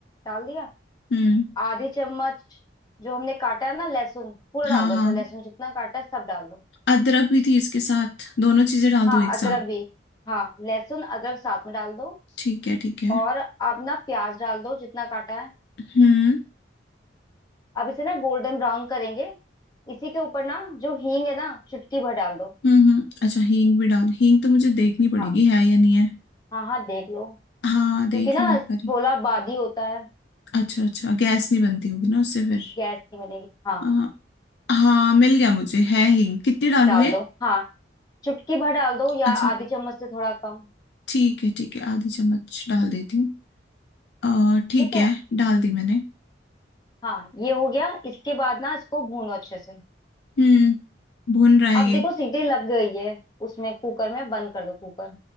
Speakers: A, on the left; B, on the left.
A: डाल दिया
B: हम्म
A: आधी चम्मच जो हमने काटा है ना लहसुन पूरा
B: हाँ
A: डाल दो अच्छा
B: हाँ
A: लहसुन जितना काटा है सब डाल दो
B: अदरक भी थी इसके साथ दोनों चीजें डाल
A: हाँ
B: दूं एक
A: अदरक
B: साथ
A: भी हाँ लहसुन अदरक साथ में डाल दो
B: ठीक है ठीक है
A: और अब ना प्याज डाल दो जितना काटा है
B: हम्म
A: अब इसे ना गोल्डन ब्राउन करेंगे इसी के ऊपर ना जो हींग है ना चुटकी भर डाल दो
B: हम्म हम्म अच्छा हींग भी डाल हींग तो मुझे देखनी पड़ेगी
A: हाँ
B: है या नहीं है
A: हाँ हाँ देख लो
B: हाँ देख
A: क्योंकि ना
B: लो एक
A: छोला
B: बारी
A: बादी होता है
B: अच्छा अच्छा गैस नहीं बनती होगी ना उससे फिर
A: गैस की बनेगी हाँ
B: हाँ हाँ मिल गया मुझे है हींग कितनी डालूं
A: डाल
B: ये
A: दो हाँ चुटकी भर डाल दो या
B: अच्छा
A: आधी चम्मच से थोड़ा कम
B: ठीक है ठीक है आधी चम्मच डाल देती हूँ अ, ठीक
A: ठीक है
B: है डाल दी मैंने
A: हाँ ये हो गया इसके बाद ना इसको भूनो अच्छे से
B: हम्म भुन रहा है
A: अब
B: ये
A: देखो सीटी लग गई है उसमें कुकर में बंद कर दो कुकर